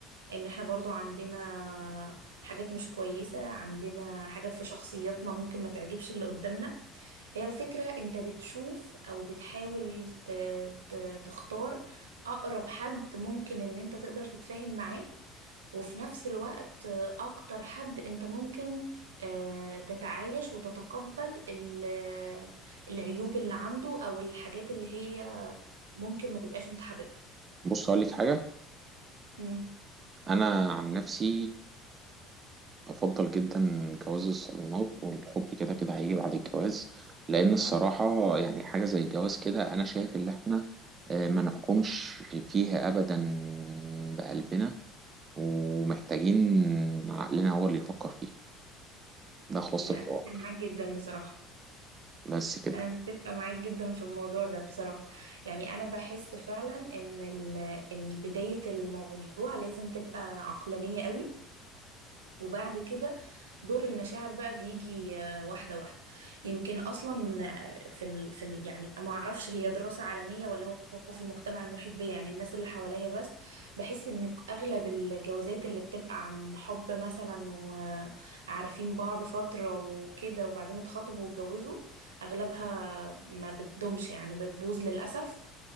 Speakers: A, on the right; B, on the right.
A: ان احنا برضو عندنا حاجات مش كويسة عندنا حاجات في شخصياتنا ممكن ما تعجبش اللي قدامنا هي الفكرة انت بتشوف او بتحاول ت- ت- تختار اقرب حد ممكن ان انت تقدر تتفاهم معاه وفي نفس الوقت آه، اكتر حد انت ممكن آه، تتعايش وتتقبل ال- العيوب اللي عنده او الحاجات اللي هي ممكن ما تبقاش انت حاببها
B: بص أقول لك حاجة
A: مم.
B: أنا عن نفسي أفضل جدا جواز الصالونات والحب كده كده هيجي بعد الجواز لأن الصراحة يعني حاجة زي الجواز كده أنا شايف إن إحنا آه، ما نحكمش فيها أبدا بقلبنا ومحتاجين عقلنا هو اللي يفكر فيه ده خلاصة
A: انا
B: الحوار
A: اتفق معاك جدا بصراحة
B: بس كده
A: انا متفقه معاك جدا في الموضوع ده بصراحه يعني انا بحس فعلا ان ال- ال- بدايه الموضوع لازم تبقى عقلانيه قوي وبعد كده دور المشاعر بقى بيجي آه، واحدة واحدة يمكن أصلا آه، في ال... في ال... يعني ما أعرفش هي دراسة عالمية ولا هو هو في المجتمع المحيط بيا يعني الناس اللي حواليا بس بحس إن أغلب الجوازات اللي بتبقى عن حب مثلا وعارفين بعض فترة وكده وبعدين اتخطبوا واتجوزوا أغلبها ما بتدومش يعني بتبوظ للأسف